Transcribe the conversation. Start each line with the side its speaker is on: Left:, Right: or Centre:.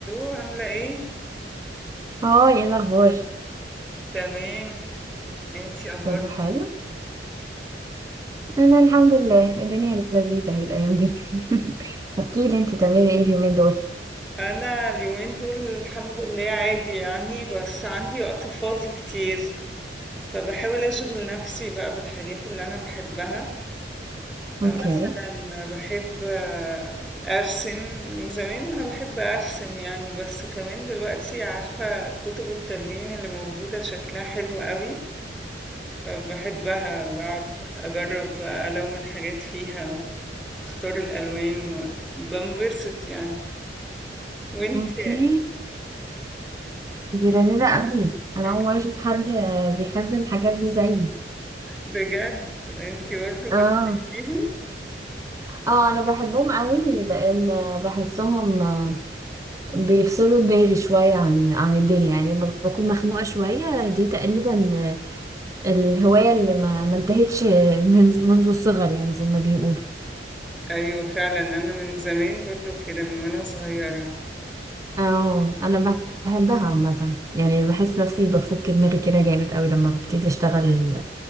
Centre: الو عاملة ايه؟
Right: اه ايه الاخبار
Centre: تمام انتي اخبارك
Right: كله حلو
Centre: إيه؟
Right: انا الحمد لله الدنيا لذيذه اهي الايام دي <laughs> احكي لي انت بتعملي ايه اليومين دول
Centre: انا اليومين دول الحمد لله عادي يعني بس عندي وقت فاضي كتير فبحاول اشغل نفسي بقى بالحاجات اللي انا بحبها فمثلا
Right: اوكي
Centre: بحب آه، ارسم من زمان وانا بحب ارسم يعني بس كمان دلوقتي عارفة كتب التلوين اللي موجودة شكلها حلو قوي فبحبها بقعد اجرب بقى الون حاجات فيها اختار الالوان وبنبسط يعني وانتي
Right: اوكي دي لذيذه قوي انا
Centre: <laughs>
Right: اول مره اشوف حد آه، بيحب الحاجات دي زيي
Centre: بجد انتي برضه بتحبيهم
Right: اه اه انا بحبهم قوي لان آه، بحسهم آه، بيفصلوا دماغي شويه عن عن الدنيا يعني لما بكون مخنوقه شويه دي تقريبا آه، الهوايه اللي ما ما انتهتش آه، من منذ الصغر يعني زي ما بيقولوا
Centre: ايوه فعلا انا من زمان برضه كده من وانا صغيره
Right: اه انا بحبها عامه يعني بحس نفسي بفك دماغي كده جامد قوي لما ببتدي اشتغل